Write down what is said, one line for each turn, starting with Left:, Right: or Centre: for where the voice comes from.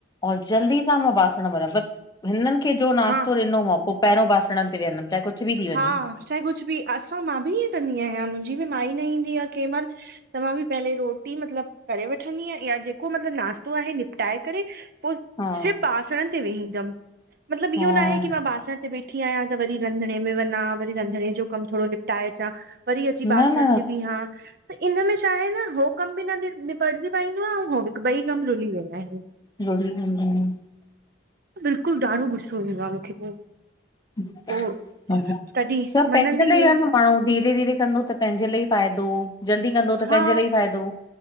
Left: और जल्दी सां मां बासण मलयां बस। हिननि खे जो नाश्तो
Right: हा
Left: ॾिनो मां पोइ पहिरों बासणनि ते वेहंदमि चाहे कुझु बि थी
Right: हा
Left: वञे।
Right: चाहे कुझु बि असां मां बि ईअं कंदी आहियां मुंहिंजी बि माई न ईंदी आ केह महिल त मां बि पहले रोटी मतिलबु करे वठंदी आहियां या जेको मतिलबु नाास्तो आहे निपटाए करे पोइ
Left: हा
Right: सिर्फ़ बासण ते वेहींदमि मतिलबु
Left: हा
Right: इहो न आहे की मां बासण ते वेठी आहियां त वरी रंधिणे में वञा वरी रंधिणे जो कम थोरो निपटाए चा वरी अची
Left: न
Right: बासण
Left: न
Right: ते विहा त इन में छा आहे न हो कम बि न निप पड़जी पाई दो आ, हो ॿई कम रुली वेंदा आहिन।
Left: <inaudible>
Right: बिल्कुलु ॾाढो गुस्सो ईंदो आ मूंखे पोइ
Left: <unintelligible>
Right: पोइ कॾहिं
Left: सभु
Right: मनंदी
Left: पहिंजे लाइ
Right: हुई
Left: आ न। पाण्ह हू धीरे धीरे कंदो त पंहिंजे लाइ ई फ़ाइदो जल्दी कंदो त
Right: हा
Left: पंहिंजे लाइ ई फ़ाइदो,